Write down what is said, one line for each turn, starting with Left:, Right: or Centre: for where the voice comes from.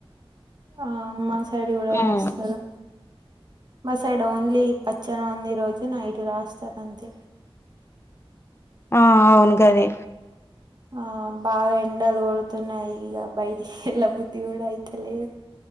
Right: ఆ మా సైడ్ కూడా రాస్తారు
Left: ఉమ్
Right: మ సైడ్ ఓన్లీ పచ్చను మంది రోజు నైటు రాస్తారంతే
Left: ఆ అవును గదే
Right: ఆ బాగ ఎండలు కొడుతున్నాయి ఇగ బయటకి ఎల్లబుద్ధి కూడా అయితలేదు